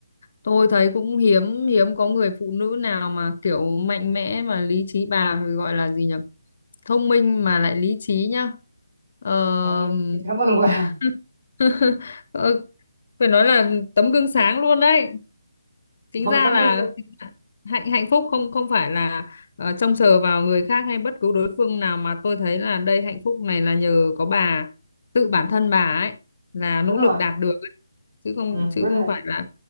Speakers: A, on the left (about 40°); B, on the right (about 55°).
A: tôi thấy cũng hiếm hiếm có người phụ nữ nào mà kiểu mạnh mẽ mà lý trí bà gọi là gì nhỉ thông minh mà lại lý trí nhá Ờ,
B: Ôi, cảm ơn bà
A: <laughs> Ờ, phải nói là tấm gương sáng luôn đấy tính
B: Ôi,
A: ra
B: cảm
A: là
B: ơn
A: hạnh hạnh phúc không không phải là ờ, trông chờ vào người khác hay bất cứ đối phương nào mà tôi thấy là đây hạnh phúc này là nhờ có bà tự bản thân bà ấy là
B: đúng
A: nỗ lực
B: rồi
A: đạt được ấy. chứ không
B: ừ,
A: chứ
B: đúng rồi
A: không phải là